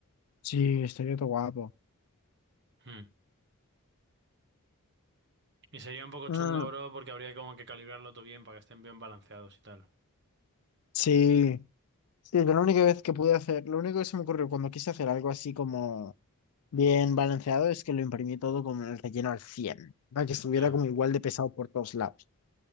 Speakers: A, on the left; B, on the right.
A: Sí, estaría todo guapo.
B: Hmm. Y sería un poco
A: Mm,
B: chungo, bro, porque habría como que calibrarlo todo bien para que estén bien balanceados y tal.
A: sí. Sí, pero la única vez que pude hacer, lo único que se me ocurrió cuando quise hacer algo así como bien balanceado es que lo imprimí todo como el relleno al 100 para que estuviera
B: Ya.
A: como igual de pesado por todos lados.